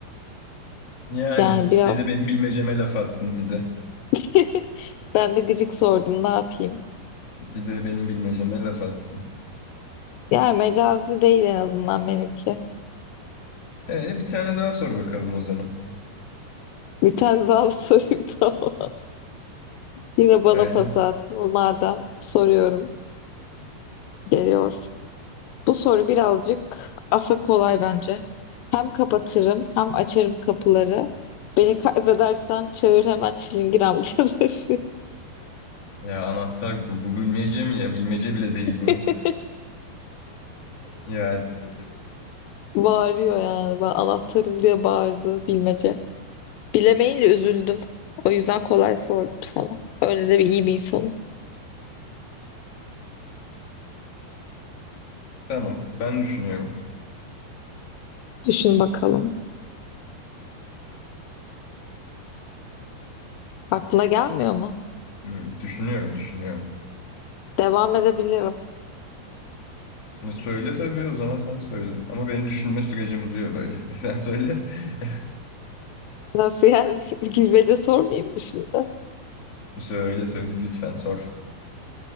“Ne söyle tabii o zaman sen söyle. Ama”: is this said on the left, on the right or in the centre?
Left